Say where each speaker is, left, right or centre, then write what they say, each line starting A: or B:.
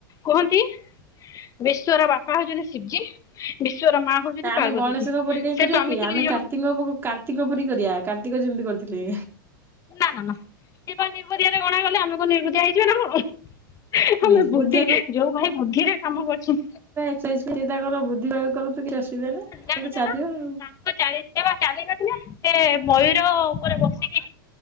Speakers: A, on the left; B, on the right.
A: କୁହନ୍ତି ବିଶ୍ଵର ବାପା ହଉଛନ୍ତି ଶିବ୍ଜୀ ବିଶ୍ଵର ମା ହଉଛନ୍ତି
B: ନା ଆମେ
A: ପାର୍ବତୀଜୀ
B: ଗଣେଶଙ୍କ ପରି କାଇହିଁ
A: ସେ
B: କରିବା
A: ସ୍ଵାମୀ
B: କି
A: ସ୍ତ୍ରୀ
B: ଆମେ
A: ଦି ଜଣ
B: କାର୍ତ୍ତିଙ୍କ କାର୍ତ୍ତିଙ୍କ ପରି କରିବା କାର୍ତ୍ତିକ ଯେମିତି କରିଥିଲେ
A: ନା ନା ନା ସେ ନିର୍ଭଦିଆରେ ଗଣା ଗଲେ ଆମେ କଣ ନିର୍ଭଦିଆ ହେଇଯିବ ନା କଣ ଆମେ
B: ନିର୍ବୁଦ୍ଧିଆ
A: ବୁଦ୍ଧି ଯୋଉ ଭାଇ ବୁଦ୍ଧିରେ କାମ କରୁଛୁ
B: ସେଇ ଯ ତାଙ୍କର ବୁଦ୍ଧିବା କରନ୍ତୁ କିଛି ଅସୁବିଧା ନାହିଁଲେ
A: ଜାଣିଛ
B: ଚାଲିବ
A: ନା
B: ଆଉ।
A: ତାଙ୍କ ଚାଲି ସେ ବା ଚାଲି ନଥିଲେ ସେ ମୟୂର ଉପରେ ବସିକି